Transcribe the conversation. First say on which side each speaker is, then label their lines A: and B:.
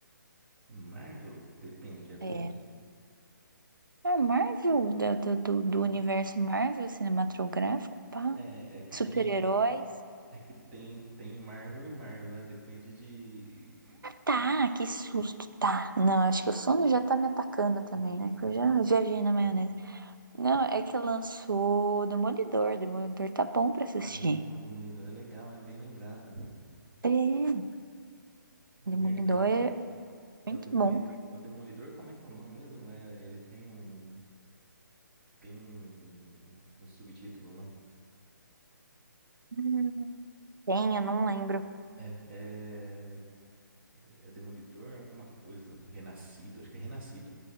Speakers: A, on the right; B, on the right.
A: Marvel, depende, é bom.
B: É. É Marvel, da- da- do, do
A: Hum.
B: universo Marvel cinematográfico, pá.
A: É, é que
B: Super-heróis.
A: tem, é que tem, tem Marvel e Marvel, né? Depende de,
B: Tá,
A: de,
B: que susto, tá. Não,
A: de-
B: acho que o sono já tá me atacando também, né? Que eu já viajei na maionese. Não, é que lançou Demolidor. Demolidor tá bom pra assistir.
A: Ah, o Demolidor é legal, hein? Bem lembrado.
B: É,
A: Verdade.
B: Demolidor é
A: É
B: muito
A: o Demoli...
B: bom.
A: é o Demolidor, como é que é o nome mesmo? É, ele tem um, tem um, um subtítulo lá.
B: Hum, Tem, eu não
A: É,
B: lembro.
A: é, é É Demolidor, alguma coisa. Renascido, acho que é Renascido.